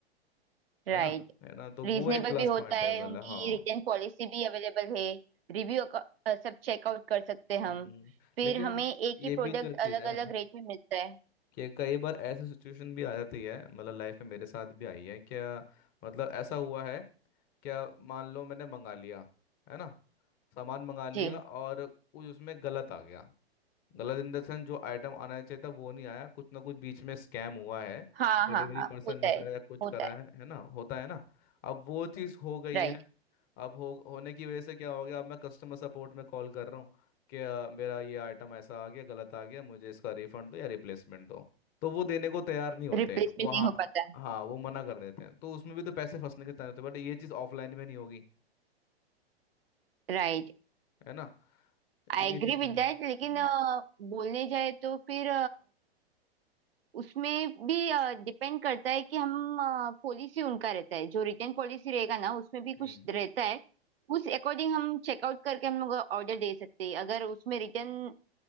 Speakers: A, on the right; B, on the left.
A: Right
B: है ना है ना तो
A: Reasonable
B: वो एक प्लस
A: भी होता
B: पॉइंट
A: है
B: है पहले
A: उनकी
B: हाँ
A: रिटर्न पॉलिसी भी अवेलेबल है रिव्यू सब चेकआउट कर सकते हैं हम
B: हम्म,
A: फिर
B: लेकिन
A: हमें एक ही
B: ये
A: प्रोडक्ट
B: भी तो चीज़
A: अलग
B: है
A: अलग रेट में मिलता है
B: कि कई बार ऐसी सिचुएशन भी आ जाती है मतलब लाइफ में मेरे साथ भी आई है क्या मतलब ऐसा हुआ है क्या मान लो मैंने मंगा लिया है ना सामान मंगा लिया
A: जी
B: और कुछ उसमें गलत आ गया गलत इन द सेंस जो आइटम आना चाहिए था वो नहीं आया कुछ ना कुछ बीच में स्कैम हुआ है
A: हाँ
B: डिलीवरी
A: हाँ हाँ
B: पर्सन
A: होता
B: ने
A: है
B: करा है कुछ
A: होता
B: करा
A: है
B: है है ना होता है ना अब वो चीज़ हो गई
A: राइट
B: है अब हो होने की वजह से क्या हो गया अब मैं कस्टमर सपोर्ट में कॉल कर रहा हूँ कि अ, मेरा ये आइटम ऐसा आ गया गलत आ गया मुझे इसका रिफंड दो या रिप्लेसमेंट दो तो वो देने को तैयार नहीं होते
A: रिप्लेसमेंट
B: हैं वो हाँ
A: नहीं हो पाता
B: हाँ वो मना कर देते हैं तो उसमें भी तो पैसे फंसने के चांस होते हैं बट ये चीज़ ऑफलाइन में नहीं होगी
A: Right
B: है ना ये
A: I agree
B: चीज़
A: with
B: का- हम्म
A: that लेकिन अ, बोलने जाए तो फिर उसमें भी डिपेंड करता है कि हम पॉलिसी उनका रहता है जो रिटर्न पॉलिसी रहेगा ना उसमें भी कुछ
B: हम्म
A: रहता है उस अकॉर्डिंग हम चेकआउट करके हम लोग ऑर्डर दे सकते हैं अगर उसमें रिटर्न